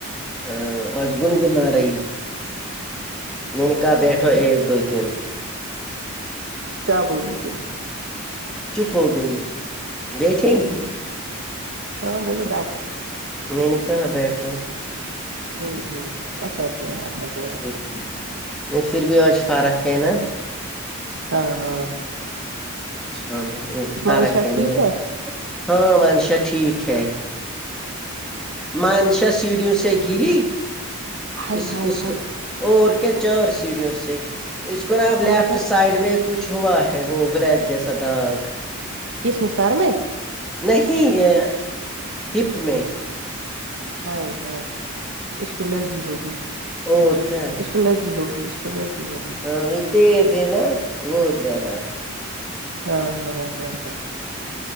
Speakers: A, in the centre; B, on the right.
A: آں آج گنگنا رہی میں
B: اچھا
A: نے کہا
B: ٹھیک
A: بیٹھو ایک دو دن
B: کیا بولی پھر
A: چپ ہو گئی دیکھے گی
B: ہاں بولو بیٹ
A: میں نے کہاں بیٹھوں
B: ہمم اچھا کیا آپ نے بول
A: ہم، نہیں پھر بھی آج فارق ہے نا
B: ہاں ہاں
A: ہاں وہ فارق
B: منشا
A: ہے
B: ٹھیک
A: نا ہاں منشا ٹھیک ہے مانشا سیڑھیوں سے گری
B: ہائے
A: اس
B: ہائے
A: اس
B: ہائے
A: کو اور کیا چار سیڑھیوں سے اس کو نا اب
B: پاگل
A: لیفٹ سائڈ میں کچھ ہوا ہے وہ بلیک جیسا داغ
B: کس مثار میں
A: نہیں یہ تمیں
B: ہائے ہائے اس کو لگی ہوگی
A: اور کیا
B: اس کو لگی ہوگی اس کو لگی ہوگی
A: ہاں یہ تیز ہے نا بہت زیادہ
B: ہاں ہاں ہاں ہاں